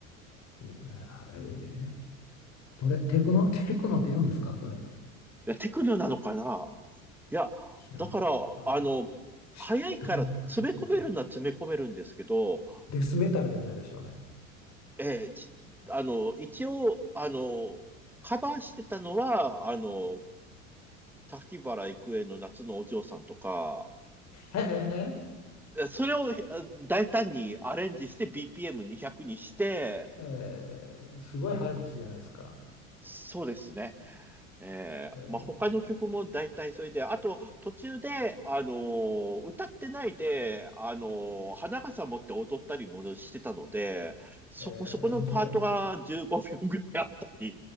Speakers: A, on the left; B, in the centre.
A: いやへえ。それ、テクノ、<laughs> テクノって言うんですかそれ。
B: いや、テクノなのかないや、
A: 知らない。
B: だから、
A: ああ、
B: あの、
A: <laughs>
B: 早いから詰め込めるのは詰め込めるんですけど、
A: どんなのか聞いてみたい。デスメタルじゃないでしょうね。
B: ええちあの、一応、あの、カバーしてたのは、あの、滝原郁恵の夏のお嬢さんとか、
A: へえ
B: えそれをえ大胆にアレンジして BPM200 にひゃくにして、
A: え <laughs> ーすごい早口じゃないですか。
B: そうですね。えー、
A: えー
B: まあ、他の曲も大体それで、あと途中で、あのー歌ってないで、あのー花笠持って踊ったりもしてたので、そこ、
A: えー面白い。
B: そこのパートが15秒ぐらいあったり
A: <laughs>